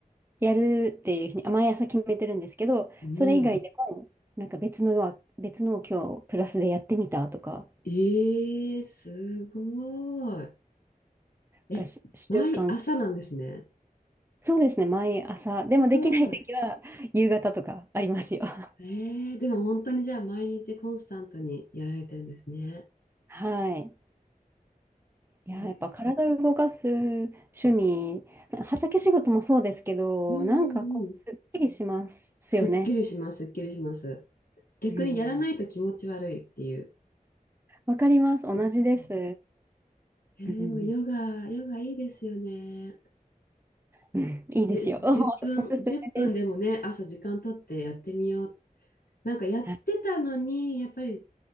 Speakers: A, on the right (about 15°); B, on the left (about 85°).
A: やるっていうふうに、あ毎朝決めてるんですけど、
B: うん。
A: それ以外でも、なんか別のは、別のを今日プラスでやってみたとか
B: ええすごい。え、
A: がし、習慣、
B: 毎朝なんですね。
A: そうですね、毎朝、でもできない時は夕方とかありますよ。
B: すごい。
A: <laughs>
B: ええでも本当にじゃあ毎日コンスタントにやられてるんですね。
A: はい。いやー、
B: すごい。
A: やっぱ体を動かす趣味、畑仕事もそうですけど、
B: うんうんうん。
A: なんかこう、すっきりしますよね。
B: すっきりします、すっきりします。逆にやらないと気持ち悪いっていう。
A: うん。わかります。同じです。
B: うんえーでもヨガ、
A: うん。
B: ヨガいいですよね。
A: うんいいですよ。
B: じゅ、10分、
A: <laughs> おおすすめです。
B: 1分でもね、朝時間取ってやってみよう。なんかやってたのに、
A: はい。
B: やっぱり